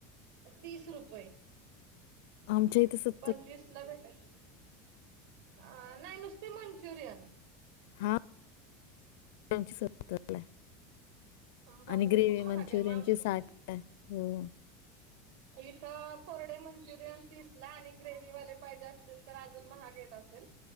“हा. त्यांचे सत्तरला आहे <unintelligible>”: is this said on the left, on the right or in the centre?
Left